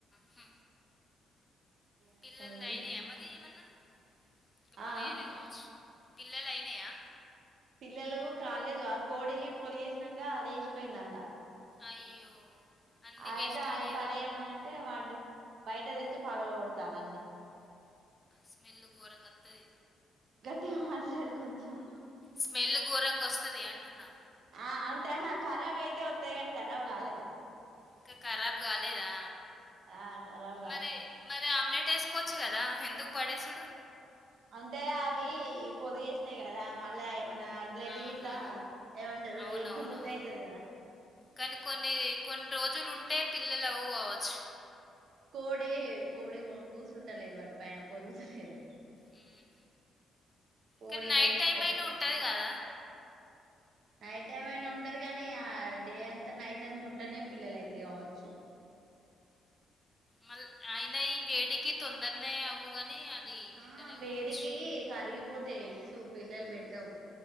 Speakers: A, on the left; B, on the right.
A: హు
B: అంత
A: పిల్లలు
B: ఏ
A: అయినాయా మరి ఏమన్నా <unintelligible>
B: ఆ
A: కావచ్చు పిల్లలు అయినాయా
B: పిల్లలు కాలేదు ఆ కోడి పొదిగేసినంక లేసిపోయిందంట
A: అయ్యో అన్నీ
B: అయితే
A: వేస్ట్ అయినాయా
B: అవి పడేయమని అంటే వాడిని బయట తెచ్చి పగల కొడతాల అన్నీ
A: స్మెల్ ఘోరంగా ఒత్తది
B: గట్టిగా మాట్లాడు కొంచం
A: స్మెల్ ఘోరంగా వస్తది అంటున్నా
B: ఆ అంటే ఖరాబ్ అయితే వస్తాయి కానీ ఖరాబు కాలేదు
A: ఇంక ఖరాబ్ కాలేదా
B: ఆ కరా
A: మరి మరి ఆమ్లెట్ వేసుకోవచ్చు కదా ఎందుకు పడేసుడు
B: అంటే అవి పొదిగేసినాయి కదా మళ్ళా ఏమన్నా బ్లడ్
A: ఆహా
B: గిట్ల ఏమంటారు
A: అవునవునవును
B: ఎగ్గు ముద్ద అవుతుది కదా
A: కానీ కొన్ని కొన్ని రోజులుంటే పిల్లలు అవ్వుకోవచ్చు
B: కోడి కోడి కూర్చుంటలేదు వాటి పైన పొదుగుతలేదు
A: మ్మ్.
B: కోడి
A: కానీ నైట్
B: లేసిపోయింది
A: టైమ్ అయినా ఉంటది కదా
B: నైట్ టైం అయినా ఉంటది కానీ ఆ డే అంతా నైట్ అంత ఉంటేనే పిల్లల అయితే కావచ్చు
A: మళ్ళ ఆయిన ఈ వేడికి తొందరనే అవ్వు గాని అది
B: ఆ
A: ఉండలే
B: వేడికి
A: కావచ్చు.
B: కరిగిపోతాయ్ ఎగ్స్ పిల్లలు పెట్టవు